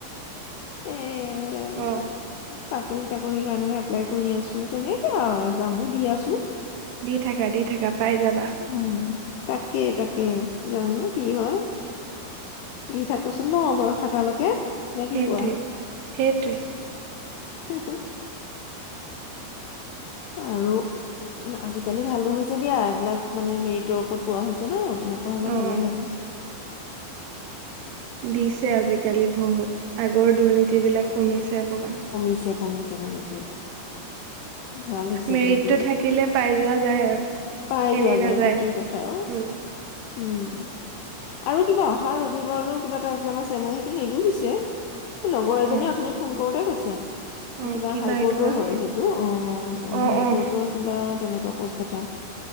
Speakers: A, on the left (about 85°); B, on the right (about 80°).
A: এ এম
B: অ,
A: চা চাকৰি তাকৰি কাৰণেও এপ্লাই কৰি আছো তেনেকে আৰু এক্সামবোৰ দি আছো।
B: দি থাকা দি থাকা। পাই যাবা।
A: উম তাকে তাকে জানো কি হয় দি থাকোচোন ন' বয়স থকালৈকে নে
B: সেইটোৱে
A: কি কোৱা
B: সেইটোৱে
A: হু হু আৰু উম আজিকালি ভালো হৈছে দিয়া এইবিলাক মানে মেৰিটৰ ওপৰত পোৱা হৈছে ন' তেনেকুৱা হলে
B: অঁ
A: ভালেই লাগে।
B: দিছে আজিকালি বহুত আগৰ দুৰ্নীতি বিলাক কমিছে। অকণমান
A: কমিছে কমিছে। কমিছে। ভাল হৈছে
B: মেৰিটটো
A: কিন্তু
B: থাকিলে পাই যোৱা যায় আৰু
A: পাই
B: এনেই
A: যোৱা
B: নাযায়
A: যায় সেইটোয়ে
B: উম।
A: কথা আৰু উম আৰু কিবা অহা ৰবিবাৰলৈ কিবা এটা এক্সম আছে মই সেইটো নিদিয়ু পিছে। লগৰ এজনী
B: অঁ
A: অথনি কৰোতেই কৈছে।
B: অঁ
A: কিবা হাই কোৰ্টৰ
B: এক্সাম
A: হয় সেইটো অ
B: অঁ
A: হাই
B: অঁ
A: কোৰ্টৰ কিবা তেনে পোষ্ট এটা